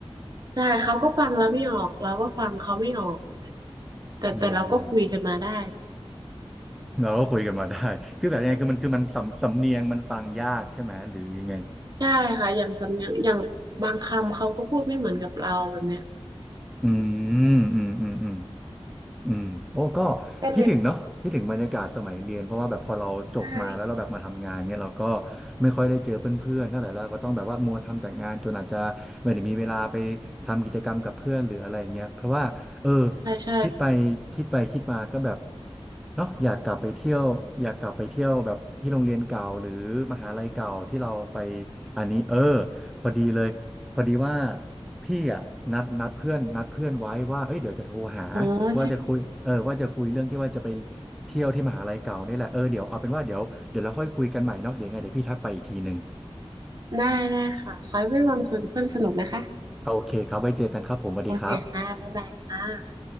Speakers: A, on the right; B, in the centre.
A: ใช่เขาก็ฟังแล้วไม่ออก เราก็ฟังเขาไม่ออก แต่แต่เราก็คุยกันมาได้
B: อืมเราก็คุยกันมาได้คือแบบยังไงคือมันคือมันสำสำเนียงมันฟังยากใช่ไหมหรือยังไง
A: ใช่ค่ะอย่างสำเนียงอย่างบางคำเขาก็พูดไม่เหมือนกับเราแบบเนี้ย
B: อืมอืมอืมอืม อืมโอ้ก็
A: ก็เลย
B: คิดถึงเนาะคิดถึงบรรยากาศสมัยเรียนเพราะว่าแบบพอเราจบมาแล้วเราแบบมาทำงานเนี่ยเราก็
A: ใช่
B: ไม่ค่อยได้เจอเพื่อนๆเท่าไหร่แล้วก็ต้องแบบว่ามัวทำแต่งานจนอาจจะไม่ได้มีเวลาไปทำกิจกรรมกับเพื่อนหรืออะไรอย่างเงี้ยเพราะว่าเออ
A: ใช่ใช่
B: คิดไปคิดไปคิดมาก็แบบเนาะอยากกลับไปเที่ยวอยากกลับไปเที่ยวแบบที่โรงเรียนเก่าหรือมหาลัยเก่าที่เราไปอันนี้เออพอดีเลยพอดีว่า พี่อ่ะนัดนัดเพื่อนนัดเพื่อนไว้ว่าเอ้ยเดี๋ยวจะโทรหา
A: อ๋อใช่
B: ว่าจะคุยเออว่าจะคุยเรื่องที่ว่าจะไปเที่ยวที่มหาลัยเก่านี่แหละเออเดี๋ยวเอาเป็นว่าเดี๋ยวเดี๋ยวเราค่อยคุยกันใหม่เนาะเดี๋ยวยังไงเดี๋ยวพี่ทักไปอีกทีหนึ่ง
A: ได้ได้ค่ะขอให้วันคุยกับเพื่อนสนุกนะคะ
B: โอเคครับไว้เจอกันครับผมสวัสดีครับ
A: โอเคค่ะ บ๊ายบายค่ะ